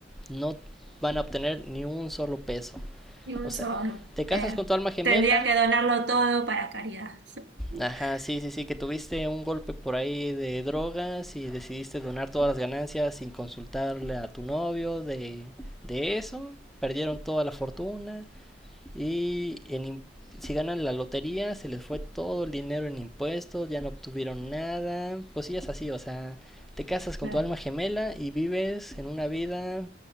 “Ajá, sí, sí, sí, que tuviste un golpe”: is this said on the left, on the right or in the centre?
Centre